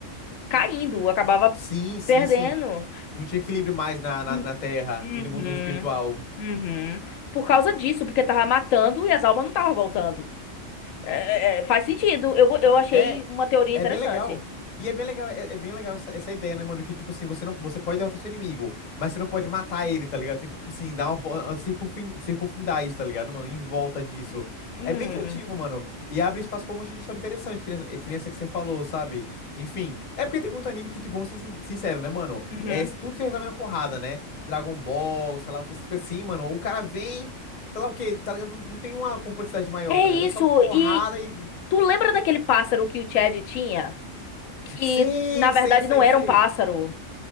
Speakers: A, on the left; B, on the left.
A: caindo, acabava
B: Sim, sim,
A: perdendo.
B: sim. Não tinha equilíbrio mais na, na,
A: Hum,
B: na Terra
A: Uhum,
B: e no mundo espiritual.
A: uhum. Por causa disso, porque tava matando e as almas não estavam voltando. É, é, é, faz sentido. Eu, go- eu achei
B: É,
A: uma teoria
B: é
A: interessante.
B: bem legal. E é bem legal, é, é bem legal essa, essa ideia, né, mano? Que, tipo assim, você não, você pode derrotar seu inimigo, mas você não pode matar ele, tá ligado? Tem que, tipo assim, dar uma, vo- uma circunfin, circunfindar isso, tá ligado, mano? Em volta disso.
A: Hum,
B: É bem criativo, mano. E abre espaço pra um monte de história interessante, que nem, essa- é, que nem essa que você falou, sabe? Enfim. É porque tem muito anime que, tipo, vamos ser sin- sincero, né, mano?
A: uhum.
B: É, tudo se resolve na porrada, né? Dragon Ball, sei lá o que, essas coisas assim, mano. O cara vem. Sei lá o que tá ligado? Não, não tem uma complexidade maior,
A: É
B: tá
A: isso.
B: ligado? É só porrada
A: E
B: e
A: tu lembra daquele pássaro que o Chad tinha? Que
B: Sei,
A: na verdade
B: sei, sei,
A: não era
B: sei.
A: um pássaro.